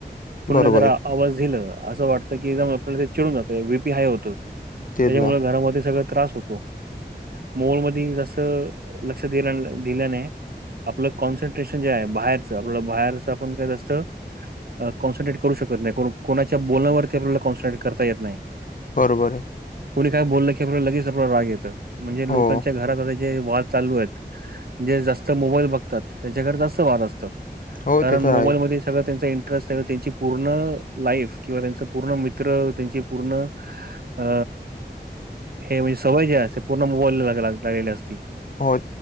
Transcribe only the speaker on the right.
कोणीला
जर आवाज
दिल. असं वाटतं की, एकदम आपल्याला ते चिडुन जातं. बीपी हाय होतो. त्याच्यामुळे,
घरामध्ये सगळ त्रास होतो. मोबाईल मध्ये जस् लक्ष दिल, दिल्याने. आपलं कॉन्सन्ट्रेशन जे आहे बाहेरचं, आपल् बाहेरचं आपण काय जास्त कॉन्सन्ट्रेट करू शकत नाही. कोणाच्या बोलण्यावरती आपल्याला कॉन्सन्ट्रेट करता येत नाही.
कोणी काय बोललं की, आपल्या लगेच आपला राग येतं. म्हणजे
लोकांच्या घरात आता जे वाद चालूयेत. जे जास्त मोबाईल बघतात, त्यांच्याकडे जास्त वाद असत.
कारण
मोबाईलमध्ये
सगळं त्यांचा इंटरेस् आहे, त्यांची पूर्ण लाईफ किंवा त्यांच पूर्ण मित्र त्यांची पूर्ण अ हे म्हणजे सवय जे असते, पूर्ण मोबाईल लागलेली असते.